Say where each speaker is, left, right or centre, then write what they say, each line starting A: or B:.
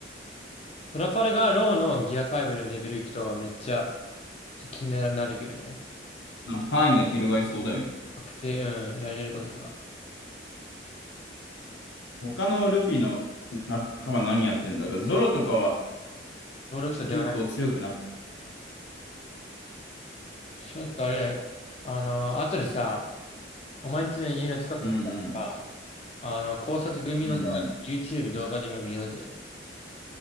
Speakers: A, on the left; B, on the left.
A: トラファルガーローのギア5のレベル行くとめっちゃちょっと気になるけどね。
B: う。範囲が広がりそうだよね。
A: 学生、うん、やれることとか。
B: 他のルフィの仲間何やってんだろう。ゾロとかは
A: 能力者ではない。
B: 結構強くなった。
A: ちょっとあれ、あの、後でさ、お前んちの家の近く行ったらさ、
B: うんうん。
A: あの、考察組のさ、
B: うん
A: YouTube 動画で今見ようぜ。